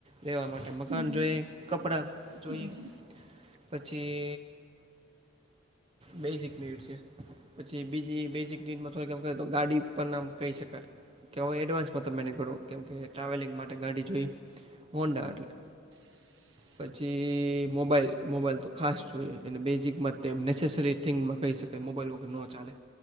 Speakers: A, on the right; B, on the right.
A: રહેેવા માટે મકાન
B: હમ
A: જોઈ કપડા જોઈએ
B: હમ
A: પછી. બેઝિક નિડ છે. પછી બીજી બેસિક નીડ માં થોડક તો ગાડી પણ નામ કહી શકાય કે એડવાન્સ છ તમેને ઘણો કેમકે ટ્રાવેલિંગ માટે ગાડી જોઈ હોંડા એટલે.
B: <inaudible>
A: પછી મોબાઈલ મોબાઈલ તો ખાસ જોઈએ એ બેઝિકમાં તેમ નેસેસરી થિંગમાં કહી શક એ મોબાઈલ વગર નનો ચાલે.